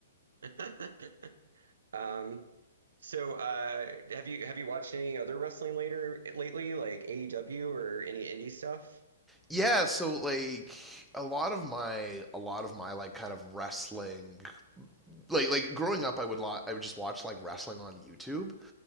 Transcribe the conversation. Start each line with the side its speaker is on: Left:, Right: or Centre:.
Right: <laughs> um. So, uh, have you have you watched any other wrestling later lately, like AEW or any indie stuff?
Centre: yeah so like a lot of my a lot of my like kind of wrestling like like growing up i would lo- i would just watch like wrestling on youtube